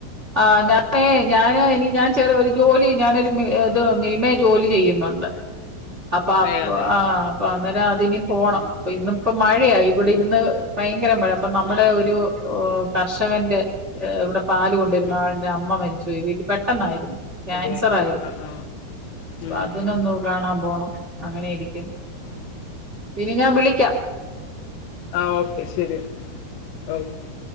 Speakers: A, on the right; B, on the left.
A: ആഹ് <unintelligible> ഏഹ് ഞാന് ഇനി ഞാൻ ചെറ ഒരു ജോലി ഞാനൊരു ഇത് മിൽമയെ ജോലി ചെയ്യുന്നുണ്ട്. അപ്പൊ അ
B: ഏ അതെ
A: ആഹ് അപ്പൊ അന്നേരം അതിനി പോണം
B: ഉം
A: ഇന്ന ഇപ്പോ മഴയ ഇവിടെ
B: ഉം
A: ഇരുന്ന് ഭയങ്കര മഴ അപ്പ നമ്മുടെ ഒരു കർഷകന്റെ ഇവിടെ പാല് കൊണ്ടുവരുന്ന
B: ഉം
A: ആഹ് എ അമ്മ മരിച്ചു പോയ് വല പെട്ടെന്നായിരുന്നു ക്യാൻസർ
B: അതെ
A: ആയിരുന്നു
B: ആ ആ
A: അപ്പ
B: ഉം
A: അതിനൊന്ന്
B: ഉം
A: കാണാൻ പോണം അങ്ങനൊയിരിക്കും
B: ഉം
A: ഇനി ഞാൻ വിളിക്കാം
B: ആഹ് ഓക്കെ ശരി എന്നൽ ഓക്കെ